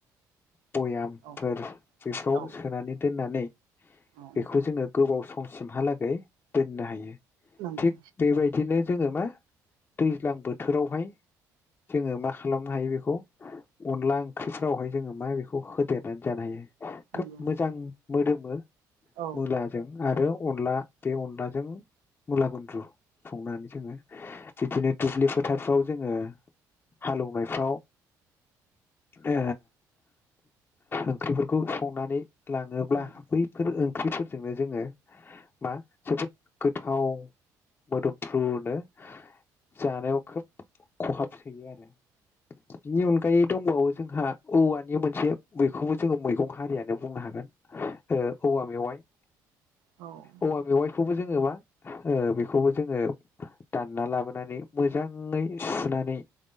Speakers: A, on the left (about 30°); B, on the right (about 90°).
A: भयामफोर
B: औ
A: बेफोराव
B: औ
A: सोनानै दोननानै
B: औ
A: बेखौ जोङो गोबाव सम। सिमहालागै दोननो हायो
B: नंगौ
A: थिग बेबाय दिनो जोङो मा दैज्लां बोथोरावहाय जोङो मा खालामनो हायो बेखौ अनला ओंख्रिफोरावहाय जोङो मा बेखौ होदेरनानै जानो हायो।
B: नंगौ
A: खोब मोजां मोदोमो
B: औ
A: मुला जों आरो अनला बे अनलाजों मुला गुन्द्रु संनानै जोङो बिदिनो दुब्लि फोथारफ्राव जोङो। हालोवनायफ्राव ओ ओंख्रिफोरखौ संनानै। लाङोब्ला
B: औ
A: बैफोर ओंख्रिफोरजोंनो जोङो मा जोबोद गोथाव मोदोमफ्रुनो जानायाव खोब खहाब सोयो आरो <inaudible> बिनि अनगायै दंबावो जोंहा औवानि मोनसे बखौबो जोङो मैगं हारियानो बुंनो हागोन। ओ औवा मेवाइ
B: औ
A: औवा मेवाइखौबो जोङो मा ओ बेखौबो जोङो दानना लाबोनानै मोजाङै सुनानै।